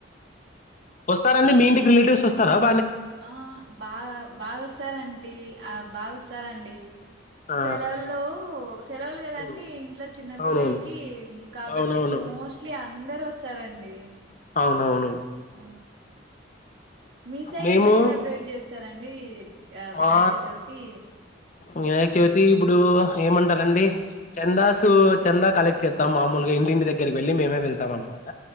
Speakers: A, on the left (about 40°); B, on the right (about 65°).
A: వస్తారండి మీ ఇంటికి రిలేటివ్స్ వస్త హలో
B: ఆ బా బాగాస్తార్ అంత టీ అవు బాగోస్తారండి
A: ఆ
B: సెలవుల్లో సెలవులు కదండి
A: ఉమ్,
B: ఇంట్లో చిన్న
A: అవునవును
B: పిల్లలకి కాబట్టి
A: అవునవును
B: మోస్ట్లీ అందరూ వస్తారండి
A: అవును
B: ఆ మీ సైడ్
A: మేము
B: ఎట్లా సెలబ్రేట్ చేస్తారని అండి ఆ వినాయక
A: మా
B: చవితి
A: వినాయక చవితి ఇప్పుడు ఏమంటారండి చందాసు చందా కలెక్ట్ చెత్తాం మామూలుగా ఇంటింటి దగ్గరికి వెళ్ళి మేమే వెళ్తాం అన్నమాట